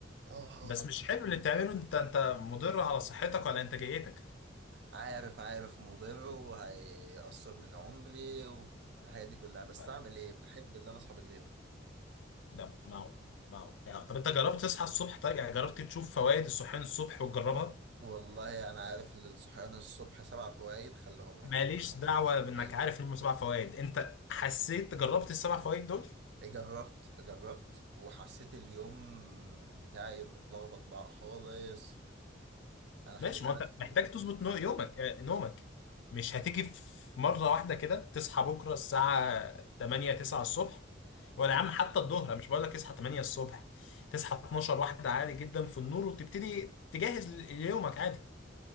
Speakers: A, on the right (about 60°); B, on the left (about 75°).
A: اه
B: بس مش حلو اللي بتعمله انت انت مضر على صحتك وعلى انتاجيتك
A: عارف عارف مضر وهيأثر من عمري والحاجات دي كلها بس
B: أه،
A: اعمل ايه بحب اللي انا اصحى بالليل
B: لا ما هو ما هو يعني طب انت جربت تصحى الصبح طيب يعني جربت تشوف فوائد الصحيان الصبح وتجربها
A: والله انا عارف ان الصحيان الصبح سبع فوائد خليهم لك
B: ماليش
A: انا
B: دعوة بانك
A: عايز
B: عارف ان هم سبع فوائد انت حسيت جربت السبع فوائد دول
A: جربت جربت وحسيت اليوم بتاعي متلخبط بقى خالص انا خلينا
B: ماشي ما
A: انا
B: انت محتاج
A: في الصحيان
B: تظبط نو- يومك
A: بالليل
B: آه، نومك مش هتيجي في مرة واحدة كده تصحى بكرة الساعة 8 9 الصبح ولا
A: مم.
B: يا عم حتى الظهر انا مش بقول لك اصحى 8 الصبح تصحى 12 واحدة عادي جدا في النور وتبتدي تجهز ل- ليومك عادي